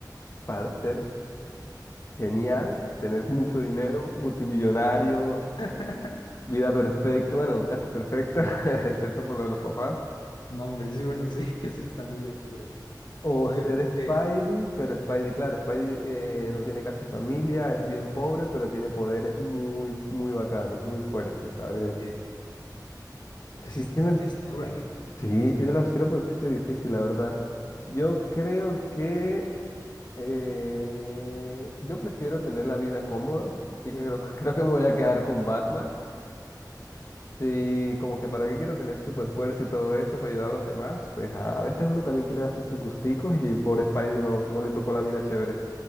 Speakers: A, on the left; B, on the left.
A: pa- ser genial, tener mucho dinero, multimillonario,
B: <laughs>
A: vida perfecta, bueno, casi perfecta, <laughs> excepto por lo de los papás.
B: Sí. No, hombre, sí, bueno, sí, <laughs> eso está muy oscuro.
A: O
B: No,
A: ser
B: yo, sí,
A: Spidey, pero Spidey, claro, Spidey eh, no tiene casi familia, es bien pobre, pero tiene poderes muy, muy bacanos, muy fuertes. A ver,
B: sí, esa
A: si
B: está,
A: tiene
B: está dura, ¿eh?
A: Sí, sí la, sí la pusiste difícil, la verdad. Yo creo que eh, yo prefiero tener la vida cómoda, así que creo, <laughs> creo que me voy a quedar con Batman. Sí, como que para qué quiero tener super fuerza y todo eso para ayudar a los demás, pues a, a veces uno también quiere hacer sus gusticos y el pobre Spidey no, no le tocó la vida chévere.